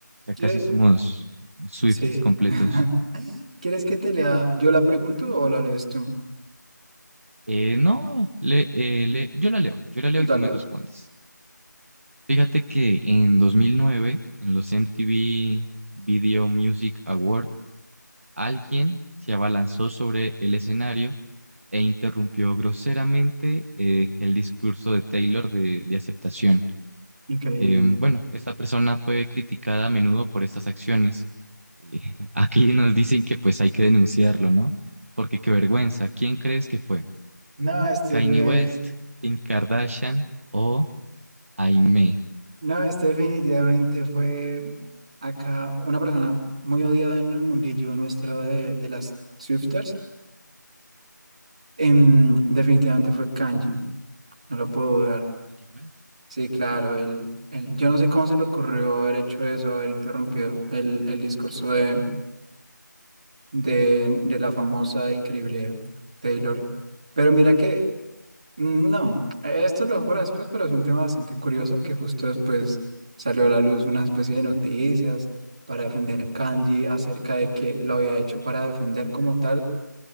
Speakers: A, on the right; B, on the right.
A: Ya
B: ¿Quieres?
A: casi somos Swifties
B: Sí.
A: completos.
B: <laughs> ¿Quieres que te lea? ¿Yo la pregunto o la lees tú?
A: Eh, no, le, eh, le- yo la leo, yo la leo
B: Dale,
A: y tú me
B: dale.
A: respondes. Fíjate que en 2009, en los MTV Video Music Award, alguien se abalanzó sobre el escenario e interrumpió groseramente eh, el discurso de Taylor de, de aceptación.
B: Increíble.
A: Eh, bueno, esta persona fue criticada a menudo por estas acciones. Eh, <laughs> aquí nos dicen que pues hay que denunciarlo, ¿no? Porque qué vergüenza. ¿Quién crees que fue?
B: No, este
A: ¿Kanye
B: fue,
A: West, Kim Kardashian o Aimee?
B: no, este definitivamente fue acá una persona muy odiada en el mundillo nuestro de, de las Swifters. Em, definitivamente fue Kanji. No lo puedo dudar.
A: Kanye West.
B: Sí, claro, él, él- yo no sé cómo se le ocurrió haber hecho eso, haber interrumpido el, el discurso de, de, de la famosa e increíble Taylor. Pero mira que, mm, no, e, esto lo dejo para después, pero es un tema bastante curioso que justo después salió a la luz una especie de noticias para defender a Kanji acerca de que lo había hecho para defender como tal